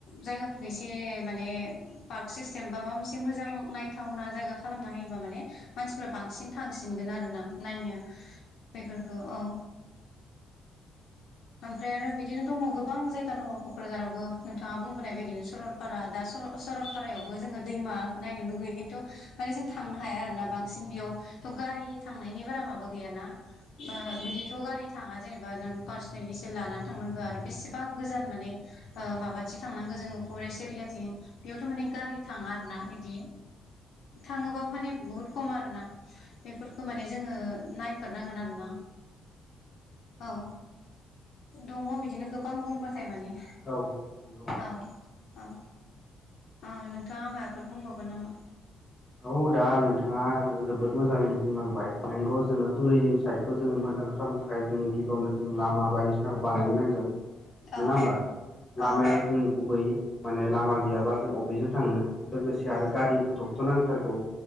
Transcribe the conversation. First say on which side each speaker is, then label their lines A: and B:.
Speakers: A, on the left (about 65°); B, on the left (about 25°).
A: जायगाफोरखौ एसे माने पार्क सिस्टेम बा माबा मोनसे मोजां नायथावना जायगा खालामना होयोबा माने मानसिफ्रा बांसिन थांसिनगोन आरो ना नायनो बेफोरखौ औ ओमफ्राय आरो बिदिनो दङ गोबां जायगा दङ क'क्राझारावबो नोंथाङा बुंबोनाय बायदिनो सरल <unintelligible> दा सरलपारायावबो जोङो दैमाखौ नायनो लुगैयो खिन्थु माने जों थांनो हाया आरो ना बांसिन बेयाव थ' गारि थांनायनि बारा माबा गैयाना बिदिथ' गारि थाङा जेनेबा नों पार्स <unintelligible> लानानै थांनांगौ आरो बेसेबा गोजान माने माबाथिं थांनांगौ जोङो फरेस्ट एरियाथिं बेयावथ' माने गारि थाङा आरो ना बिदि थाङोबाबो माने बहुत खम आरो ना। बेफोरखौ माने जोङो नायफेरनांगोन आरोना औ। दङ बिदिनो गोबां बुंबाथाय माने
B: औ नंगौ
A: औ औ औ नोंथाङा माबाफोर बुंबावगोन नामा?
B: औ दा नोंथाङा जोबोद मोजाङैनो बुंलांबाय नोंगौ जोङो टुरिजिम साइडखौ जोङो मोजां खालामनो थाखाय ओमफ्राय जों गिबियावनो जों लामा बायदिसिनाखौ बानायनो नांगौ। नङा
A: औ
B: होमबा लामाया
A: औ
B: जों गुबैय माने लामा गैयाबा
A: औ
B: जों बबेजों थांनो लोगोसे आरो
A: औ
B: गारि <unintelligible> नांथारगौ